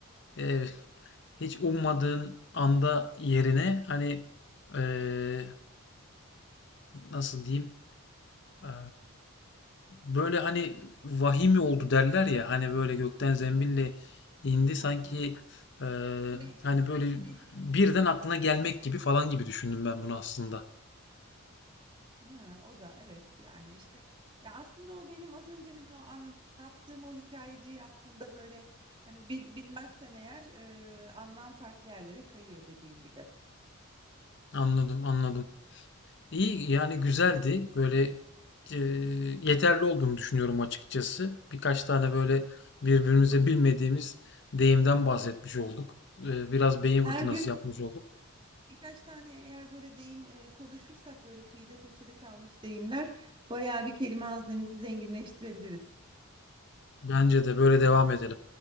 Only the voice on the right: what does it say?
Ha.
Müneccim,
müneccim
Ha, o da evet yani işte ya aslında o benim az önce hani o anlattığım o hikayeciyi aslında böyle hani bil, bilmezsen eğer e, anlam farklı yerlere kayıyor dediğin gibi.
Her
gün
birkaç tane eğer böyle deyim e, konuşursak böyle kıyıda köşede kalmış deyimler bayağı bir kelime haznemizi zenginleştirebiliriz.